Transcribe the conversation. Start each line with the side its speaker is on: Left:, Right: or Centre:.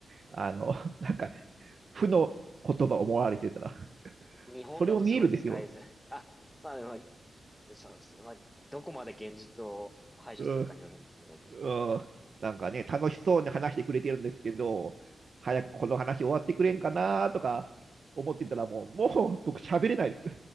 Right: あの、なんか、負の言葉を思われてたら、
Centre: 日本だとすごい使いづらい。
Right: それを見えるんですよ。
Centre: あ、まあまあそうですね。まあ、どこまで現実を排除するかによるんですけども。
Right: うんうんなんかね、楽しそうに話してくれてるんですけど、早くこの話終わってくれんかなとか思ってたらもう、もう僕喋れないです。